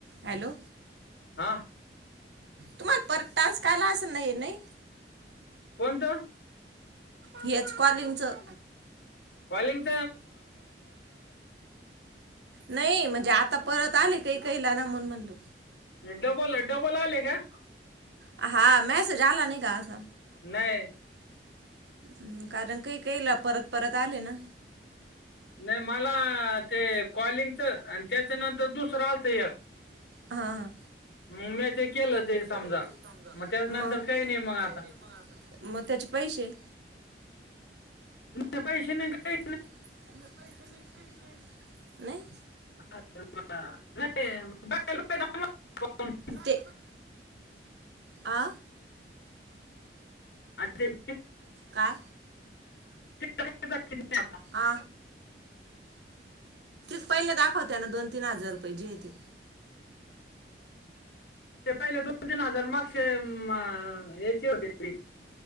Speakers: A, on the right; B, on the left.
A: Hello
B: हा
A: तुम्हाला परत टास्क आला असंल नय नय
B: कोणतं?
A: हेच कॉलिंगचं
B: कॉलिंग
A: नही म्हणजे आता परत आले कही कहीला ना म्हणून म्हणलो
B: डबल, डबल आले का?
A: <unintelligible>
B: नाही
A: अम् कारण कही कहीला परत परत आले ना
B: नळ मला ते कॉलिंगचं आणि त्याच्या नंतर दुसरं आलतं एक
A: हां
B: मग मी ते केलं
A: म्या ते केल
B: समजा
A: ते समजा
B: त्याच्यानंतर
A: मग त्या
B: काही
A: नंतर
B: नाही मग
A: काय
B: आता
A: नाही आता मग त्याचे पैसे
B: <unintelligible> पैसे नाय काय
A: <unintelligible> पैसे नाही काही नाही नाही
B: <inaudible> आम्हाला
A: ते आ
B: आत चल
A: का <unintelligible>
B: ते काही जातीत नाही आता.
A: आ <unintelligible> पहिले दाखवतोय ना दोन-तीन हजार रुपंय जेे आहे ते?
B: ते पहिलंच हो तू तीन हजार माग शेम अं हेचे होते ते